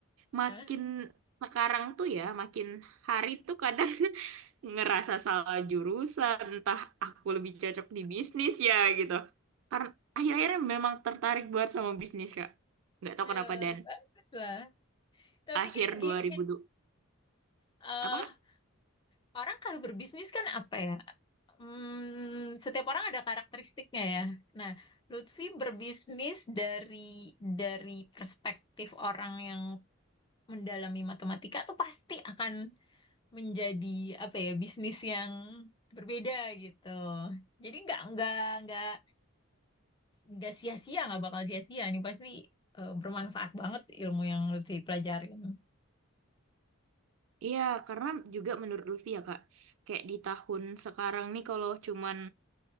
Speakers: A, on the right; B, on the left.
A: makin
B: eh,
A: sekarang tuh ya makin hari tuh kadang <laughs> ngerasa salah jurusan entah aku lebih cocok di bisnis ya gitu karena akhir-akhirnya memang tertarik buat sama bisnis Kak nggak tahu
B: eh,
A: kenapa dan
B: Bagus lah. Tapi
A: akhir
B: kan
A: 2000
B: gini,
A: du-
B: eh,
A: apa
B: orang kalau berbisnis kan apa ya? Hmm, setiap orang ada karakteristiknya ya. Nah, Lutfi berbisnis dari dari perspektif orang yang mendalami matematika tuh pasti akan menjadi apa ya bisnis yang berbeda gitu. Jadi nggak nggak nggak nggak sia-sia nggak bakal sia-sia nih pasti eh, bermanfaat banget ilmu yang Lutfi pelajarin.
A: Iya, karena juga menurut Lutfi ya Kak, kayak di tahun sekarang nih kalau cuman